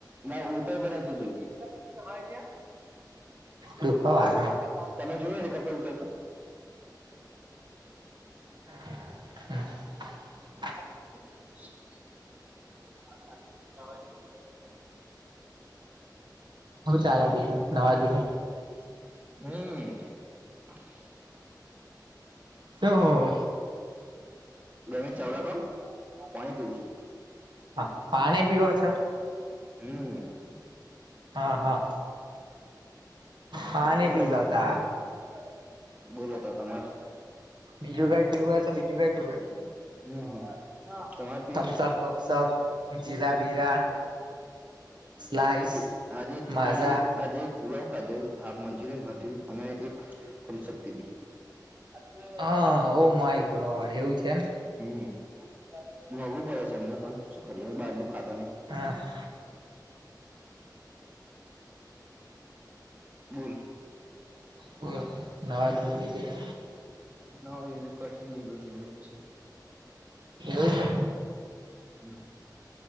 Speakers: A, on the right; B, on the right.
A: ના ઉતરતા નહોતુ જોયુ <inaudible>
B: દુખવા વાગે
A: તમે તમે જોયું હેલિકોપ્ટર ઉતરતા
B: હમ
A: <inaudible>
B: હુ ચાલે બીજું નવાજુની
A: હમ
B: શુ હુ
A: બે મિનિટ ચાલું રાખો પોણી પીઉું છું
B: હા પાણી પીવો છો
A: હમ
B: હા હા પાણી
A: <inaudible> ધીરજ
B: પી લો તા
A: બોલો તો તમારે
B: બીજું કઇ પીવું હોય તો બીજું કઇ
A: હમ હમ તમાર
B: થમ્સઅપ વમ્સઅપ જીરા બીરા
A: <inaudible> ત બોલ ને
B: સ્લાઈસ
A: અ આજે
B: માઝા
A: અમે આજ પુલાવ ખાધો હાફ મંચુરિયન ખાધુ અને એક થમ્સઅપ પીધી <inaudible> હમ
B: હા ઓ
A: હમ
B: માય ગોડ એવું છે એમ
A: હમ મોંઘું પડે છે અમને પણ શું કરીએ બહાર નુ ખાતા નહી
B: હા
A: બોલ
B: કો નવા જુની બીજી
A: ના હવે તો કશુ ની બહ જનું જ છે
B: એવું છે
A: હ